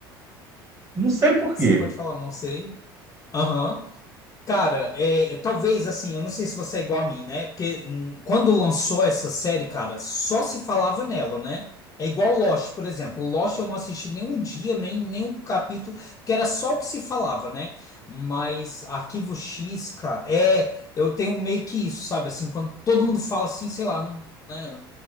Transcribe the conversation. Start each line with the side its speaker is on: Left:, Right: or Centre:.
Right: não sei por
Left: sim,
Right: quê.
Left: pode falar, não sei. Aham. Cara, é, é, talvez assim, eu não sei se você é igual a mim, né? Porque hum, quando lançou essa série, cara, só se falava nela, né? É igual Lost, por exemplo. Lost eu não assisti nenhum dia, nem nenhum capítulo, que era só o que se falava, né? Mas Arquivo X, cara, é, eu tenho meio que isso, sabe? Assim, quando todo mundo fala assim, sei lá, não, né?